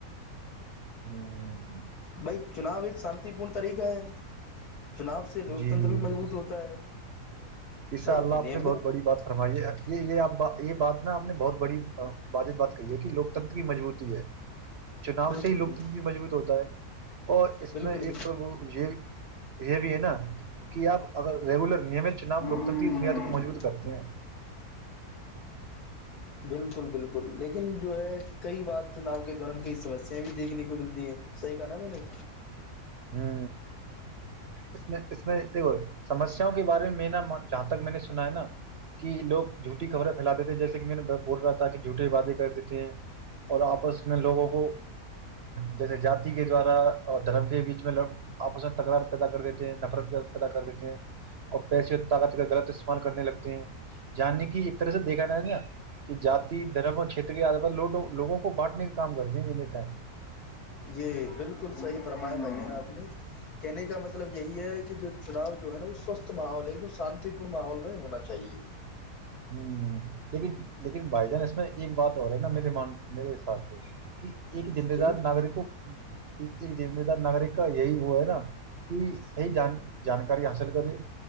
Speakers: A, on the right; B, on the left.
A: ہوں
B: بھائی چناؤ ایک شانتی پورن طریقہ ہے چناب سے لوکتنتر
A: جی
B: بھی مضبوط ہوتا ہے
A: انشاء
B: بھائی
A: اللہ
B: نیمت
A: آپ نے بہت بڑی بات فرمائی ہے یہ یہ آپ یہ بات نا آپ نے بہت بڑی بازت بات کہی ہے کہ لوکتنتر کی مجبوط ہے چناؤ
B: بالکل
A: سے ہی لوکتنتر
B: بالکل
A: بھی مضبوط ہوتا ہے اور اس
B: بالکل
A: میں ایک پربو یہ یہ بھی نا کہ آپ اگر ریگولر نیمت چناؤ لوکتنتری
B: بالکل
A: بنیاد کو مجبوط کرتے ہیں
B: بالکل بالکل لیکن جو ہے کئی بار چناؤ کے دوران کئی سمسیا بھی دیکھنے کو ملتی ہے صحی کہا نا میں نے
A: ہ اس میں اس میں دیکھو سمسیاؤں کے بارے میں میںا جہاں تک میں نے سنا ہے نا کہ لوگ جھوٹی خبریں پھیلا دی تھے جیسے کہ میں نے بول رہا تھا کہ جھوٹے بادے کر دیتے ہیں اور آپس میں لوگوں کو جیسے جی کے دوارا اور دھرم کے بیچ اس میںگ آپس میں تکرار پیدا کر دیتے ہیں نفرت پیدا کر دیتے ہیں اور پیسے طاقت کا غلط استعمال کرنے لگتے ہیں جاننے کی ایک طرح سے دیکھا جائے ہے نا کہ جاتی دھرم اور چھیت کیو لوگوں کو بانٹنے کا کام کرتے ہیںتا
B: یہ بالکل صحیح فرما ہے بھائی جان آپ نے کہنے کا مطلب یہی ہے کہ جو چناؤ جو ہے نا وہ سوستھ ماحول ہے ایک دم شانتی پورن ماحول میں ہونا چاہیے
A: ہ لیکن لیکن بائی جان اس میں ایک بات ہو رہ ہے نا میرے من میرے حساتھ سے کہ ایک جے
B: جی
A: دار ناگرک ہو ذم دار ناگرک کا یہی وہ ہے نا کہ صحیح جان جانکاری حاصل کرے